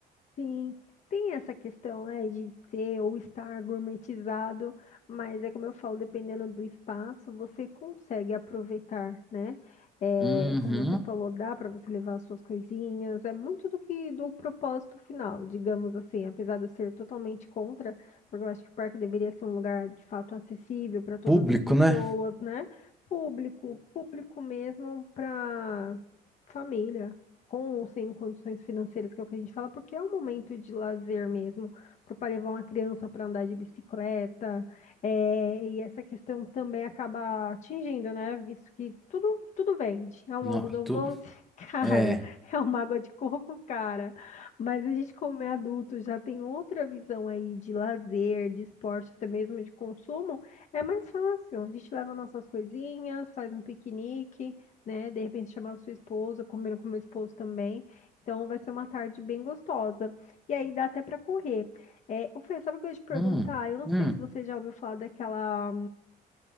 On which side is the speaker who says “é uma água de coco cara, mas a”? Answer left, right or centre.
Left